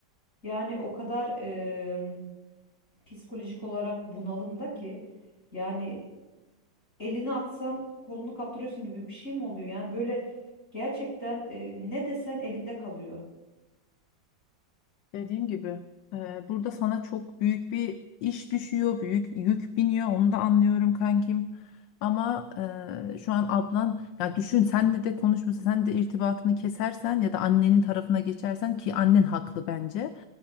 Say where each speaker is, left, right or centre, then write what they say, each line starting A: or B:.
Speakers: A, on the left (about 40°); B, on the left (about 75°).
A: Yani o kadar eee, psikolojik olarak bunalımda ki yani elini atsan kolunu kaptırıyorsun gibi bir şey mi oluyor? Yani böyle gerçekten e, ne desen elinde kalıyor.
B: Dediğim gibi e, burada sana çok büyük bir iş düşüyor, büyük yük biniyor. Onu da anlıyorum kankim. Ama e, şu an ablan ya düşün sen de de konuşması, sen de irtibatını kesersen ya da annenin tarafına geçersen ki annen haklı bence.